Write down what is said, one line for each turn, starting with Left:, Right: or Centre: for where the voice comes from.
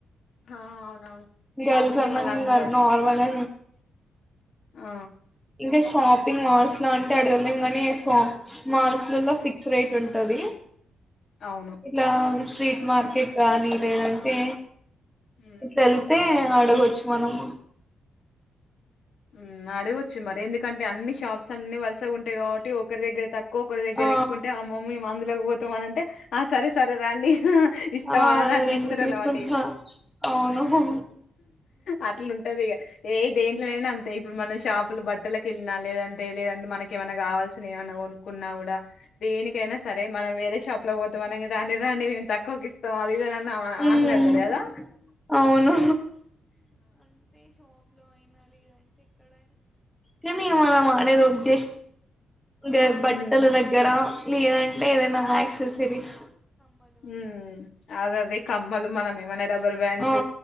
Left: ఆ అవునవును
Centre: గర్ల్
Left: కాకుంటే
Centre: సన్నా
Left: మళ్ళ
Centre: క
Left: అందరు
Centre: నర్మల్
Left: ఆ
Centre: ఇంకా స షాపింగ్ మాల్స్ లో అంటే అడగలేం గానీ మాల్స్ లోలో ఫిక్స్ రేట్ ఉంటుది
Left: అవును
Centre: ఇట్లా స్ట్రీట్ మార్కెట్ గానీ లేదంటే
Left: మ్మ్
Centre: ఇట్లా వెల్తే అడగవచ్చు మనం
Left: ఉ అడగచ్చు మరి ఎందుకంటే అన్ని షా అన్ని వరసగ ఉంటాయి కవట్టి ఒకరి దగ్గర తక్కు ఒక్కకరి దగ్గర
Centre: ఆ
Left: ఎక్కువంటే ఆ మమ్మీ అందులోకి పోతామని అంటే, ఆ సరే సరే రండి ఇస్తాం
Centre: ఆ
Left: అని అట్లా
Centre: రెండు
Left: ఇస్తారు
Centre: తీసుకుంటా
Left: అన్నమాట ఇక
Centre: అవును మ్మ్
Left: అట్లుంటది ఇక ఏ దేంట్లోనైనా అ ఇప్పుడు మనం షాపులు బట్టలలకు వెళ్ళినా లేదంటే లేదంటే మనక ఏమైనా కావాల్సిిన ఏమన్నా కొనుక్కున్నా కూడా దేనికి నా సరే మనం వేరే షాప్ లో పోతాం అన దా దాంన్ని మేము తక్కువకి ఇస్తాం అది ఇదన్న
Centre: మ్మ్
Left: మాట్లాడతారు కదా
Centre: అవును కనీ మా మాడతో అబ్జెస్ ఇ బట్టల
Left: హ్మ్.
Centre: దగ్గర లేంద ఏదైనా యాక్సెస్కిరీస్
Left: ఉ అదదే కమ్మలు మనం ఏమనా రబ్బర్ వ్యాన్స్
Centre: ఆ